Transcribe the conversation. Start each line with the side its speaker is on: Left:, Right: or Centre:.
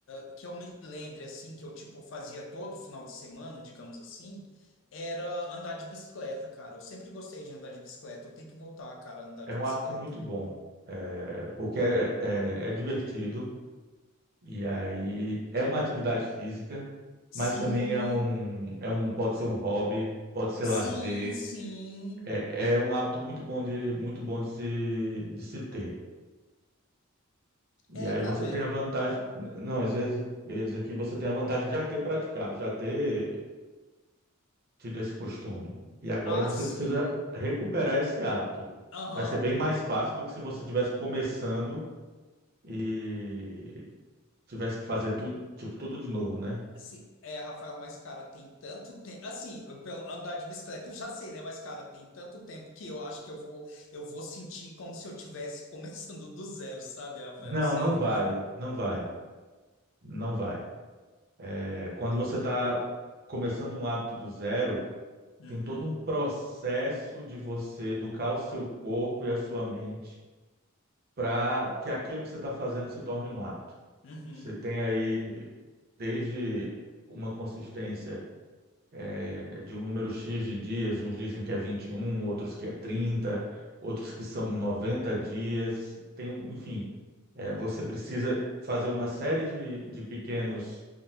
Left: a- que eu me lembre assim, que eu tipo fazia todo final de semana, digamos assim, era andar de bicicleta, cara. Eu sempre gostei de andar de bicicleta. Eu tenho que voltar, cara, a andar
Right: é
Left: de
Right: um
Left: bicicleta.
Right: hábito muito bom, é, porque é, é- é divertido e aí é uma atividade física,
Left: Sim,
Right: mas também é um, é um, pode ser um hobby, pode ser
Left: sim,
Right: lazer.
Left: sim.
Right: É, é um hábito muito bom de, muito bom de se, de se ter. E
Left: É,
Right: aí
Left: cara,
Right: você tem
Left: é,
Right: a vantagem. Não, às vezes eu ia dizer que você tem a vantagem de já ter praticado, já ter tido esse costume. E agora
Left: ah,
Right: você
Left: sim.
Right: precisa recuperar esse hábito.
Left: Aham.
Right: Vai ser bem mais fácil do que se você tivesse começando e tivesse que fazer tudo, tipo, tudo de novo, né?
Left: Assim, é, Rafael, mas cara, tem tanto tempo. Assim, eu- pelo andar de bicicleta eu já sei, né? Mas cara, tem tanto tempo que eu acho que eu vou, eu vou sentir como se eu tivesse <laughs> começando do zero, sabe, Rafael?
Right: Não,
Left: Sério,
Right: não vai,
Left: cara.
Right: não vai, não vai. É, quando você está começando um hábito do zero,
Left: Uhum.
Right: tem todo um processo de você educar o seu corpo e a sua mente para que aquilo que você está fazendo se torne um hábito.
Left: Uhum.
Right: Você tem aí desde uma consistência eh, de um número X de dias, uns dizem que é 21, outros que é 30, outros que são 90 dias, tem um, enfim, eh, você precisa fazer uma série de, de pequenos